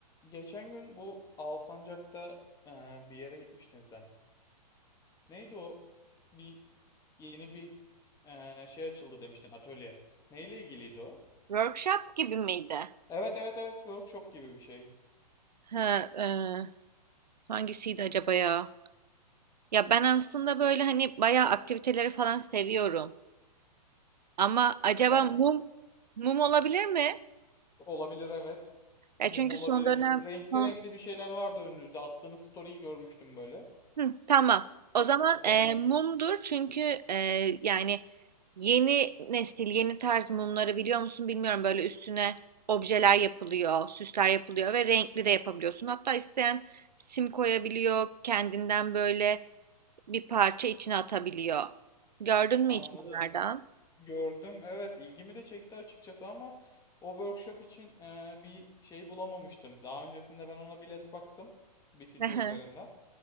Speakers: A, on the left; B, on the right.
A: Geçen gün bu Alsancak'ta e, bir yere gitmiştin sen. Neydi o? Bir yeni bir e, şey açıldı demiştin atölye. Neyle ilgiliydi o?
B: Workshop gibi miydi?
A: Evet evet evet workshop gibi bir şey.
B: Ha, e, hangisiydi acaba ya? Ya ben aslında böyle hani bayağı aktiviteleri falan seviyorum. Ama acaba
A: Ben
B: mum mum olabilir mi?
A: olabilir evet.
B: Ya
A: Mum
B: çünkü
A: olabilir.
B: son dönem
A: Renkli
B: son
A: renkli bir şeyler vardı önünüzde. Attığınız story'yi görmüştüm böyle.
B: Hı, tamam. O
A: Re-
B: zaman
A: Renkli.
B: e, mumdur çünkü e, yani yeni nesil, yeni tarz mumları biliyor musun bilmiyorum. Böyle üstüne objeler yapılıyor, süsler yapılıyor ve renkli de yapabiliyorsun. Hatta isteyen sim koyabiliyor, kendinden böyle bir parça içine atabiliyor. Gördün mü
A: Anladım.
B: hiç onlardan?
A: Gördüm. Evet ilgimi de çekti açıkçası ama o workshop için e, bir şey bulamamıştım. Daha öncesinde ben ona bilet baktım bir site
B: Hı hı.
A: üzerinden.